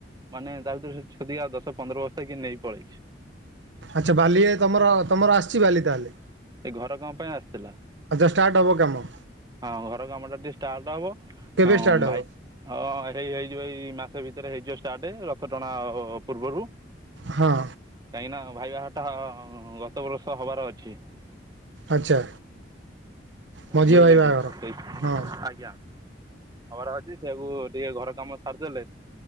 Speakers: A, on the right; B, on the right.
A: ମାନେ ତା ଭିତରୁ ସେ ଛତି ଆ ଦଶ ପନ୍ଦର ବସ୍ତା କିଏ ନେଇ ପଳେଇଚି।
B: ଆଚ୍ଛା ବାଲି ଏ ତମର ତମର ଆସଚି ବାଲି ତାହେଲେ।
A: ଏ ଘର କାମ ପାଇଁ ଆସଥିଲା।
B: ଆଚ୍ଛା ଷ୍ଟାର୍ଟ ହେବ କାମ?
A: ହଁ ଘର କାମଟା ଟିକେ ଷ୍ଟାଟ ହବ
B: କେବେ
A: ଅଁ
B: ଷ୍ଟାର୍ଟ
A: ଭାଇ
B: ହେବ
A: ଅ ହେଇ ହେଇଯିବ ଏଇ ମାସେ ଭିତରେ ହେଇଯିବ ଷ୍ଟାର୍ଟେ ରଥ ଟଣା ପୂର୍ବରୁ।
B: ହଁ।
A: କାହିଁକି ନା ଭାଇ ବାହାଘରଟା ଗତ ବର୍ଷ ହବାର ଅଛି।
B: ଆଚ୍ଛା। ମଝିଆ
A: ବୁଝିଲେ
B: ଭାଇ ବାହାଘର।
A: କି ଏଇ
B: ହଁ
A: ଆଜ୍ଞା? ହବାର ଅଛି ସେଇଆକୁ ଟିକେ ଘର କାମ ସାରିଦେଲେ